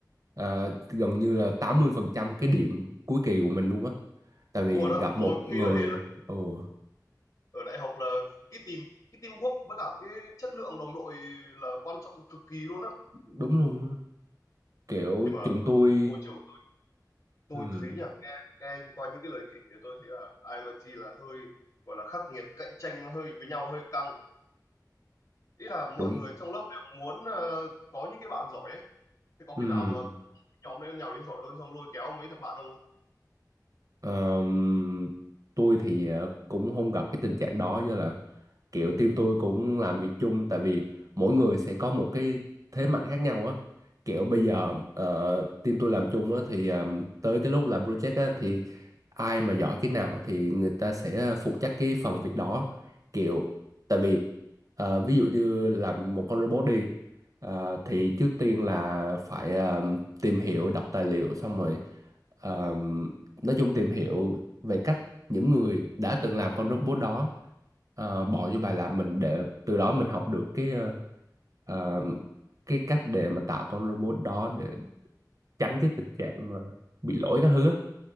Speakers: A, on the right (about 50°); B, on the left (about 45°).
A: à, gần như là 80% cái điểm cuối kỳ của mình luôn á tại vì
B: Đúng rồi đó,
A: gặp một
B: tôi cũng
A: người
B: nghĩ là thế đó.
A: ồ
B: Ở đại học là cái tìm cái teamwork với cả cái chất lượng đồng đội là quan trọng cực kỳ luôn á
A: đúng luôn á. kiểu
B: nhưng mà
A: trường tôi
B: môi trường tôi
A: ừ,
B: thấy nhỉ nghe nghe qua những cái lời kể thì tôi thấy là ai IMIT là hơi gọi là khắc nghiệt cạnh tranh nó hơi với nhau hơi căng ý là
A: đúng
B: mọi người trong lớp đều muốn ờ, có những cái bạn giỏi ấy thế có
A: ừ,
B: khi nào mà nhóm đấy nhào đến giỏi hơn xong lôi kéo mấy thằng bạn không
A: ờm, tôi thì ờ, cũng không gặp cái tình trạng đó do là kiểu team tôi cũng làm việc chung tại vì mỗi người sẽ có một cái thế mạnh khác nhau á kiểu bây giờ ờ, team tôi làm chung á thì ờ, tới cái lúc làm project á thì ai mà giỏi cái nào thì người ta sẽ phụ trách cái phần việc đó kiểu tại vì ờ, ví dụ như làm một con robot đi ờ, thì trước tiên là phải ờ, tìm hiểu đọc tài liệu xong rồi ờ, nói chung tìm hiểu về cách những người đã từng làm con robot đó ờ, bỏ vô bài làm mình để từ đó mình học được cái ờ, ờ, cái cách để mà tạo con robot đó để tránh cái tình trạng mà bị lỗi các thứ á.